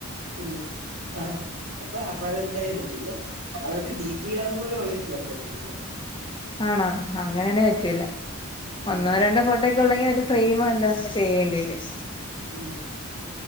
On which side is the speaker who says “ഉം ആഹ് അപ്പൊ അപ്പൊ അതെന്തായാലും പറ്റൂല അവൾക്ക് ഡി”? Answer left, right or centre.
Right